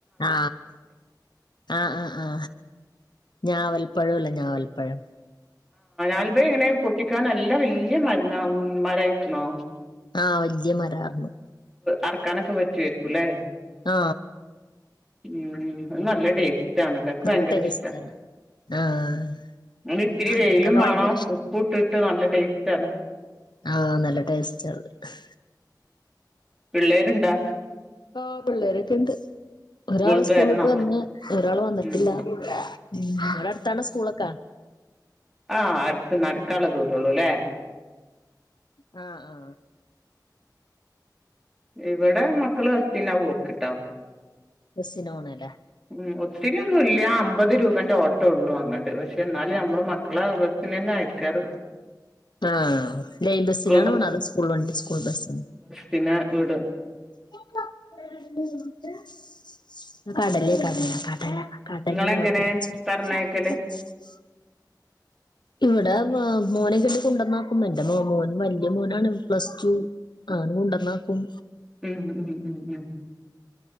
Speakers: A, on the left; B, in the centre.
A: ആ ആ ആ ആ ഞാവൽ പ്പഴോല്ല ഞാവൽ പഴം
B: അൽബ ഇങ്ങനെ പൊട്ടിക്കാനല്ല വല്യ മരണം മരായിക്ണോ.?
A: ആ വല്ല്യ മരാർന്ന്.
B: അറക്കാനോക്കെ വച്ചേർകുലെ.?
A: ആ...
B: ഉം അത് നല്ല ടേസ്റ്റ് ആണല്ലോ. ക്
A: നല്ല
B: വയങ്കര
A: ടേസ്റ്റാണ്
B: ഇഷ്ട.
A: ആഹ്
B: <unintelligible> ഇത്തിരി
A: ആഹ്
B: വെയിലും
A: ഞങ്ങക്കൊക്കെ
B: മാണം
A: ഭയങ്കര
B: ഉപ്പു ട്ട് ട്ട് നല്ല ടേസ്റ്റ് ല്ല.
A: ആ നല്ല ടെസ്റ്റത്. ഹ്
B: പിള്ളേര്ണ്ടാ.?
A: ഓ പിള്ളേരൊക്കെ ണ്ട്.
B: സ്കൂളിട്ട്
A: ഒരാള് സ്കൂള്ട്ട്
B: വരണോ
A: വന്ന് ഒരാള് വന്നിട്ടില്ല
B: ഉം
A: <unintelligible> ഇവടെ അടുത്താണോ സ്കൂളൊക്കാ.?
B: ആ അടുത് നടക്കള്ള ദൂരോള്ളു ലെ..?
A: ആ ആ
B: ഇവിടെ മക്കള് <unintelligible> പോക്ക്‌ട്ടോ.
A: ബസ്സിന ഓണെലെ?
B: ഉം ഒത്തിരിന്നും ഇല്ല്യ അമ്പത് രൂപ <unintelligible> ഓട്ടോ ഉള്ളൂ അങ്ങട് പശെ ന്നാലും ഞമ്മള് മക്കളെ ബസിന് ന്നെ അയക്കാറ്.
A: ആ ലൈൻ ബസ്സിനണോ
B: സ്കൂൾ
A: ണത് സ്കൂൾ വണ്ടി സ്കൂൾ ബസ്സ്
B: പിന്നെ വീടോ.?
A: <unintelligible> ന്ന് കടലേക്കാടല
B: ഉം
A: കടല കടലി
B: നിങ്ങളെങ്ങനെ പറഞ്ഞയക്കല്
A: <unintelligible> ഇവിടെ മോ മോനെ കണ്ടി കുണ്ടന്നാക്കുമ്പ എന്റെ മോ മോൻ വല്ല്യ മോനാണ് പ്ലസ് ടു. ആര് കുണ്ടന്നാക്കും.?
B: ഉം ഉം ഉം ഉം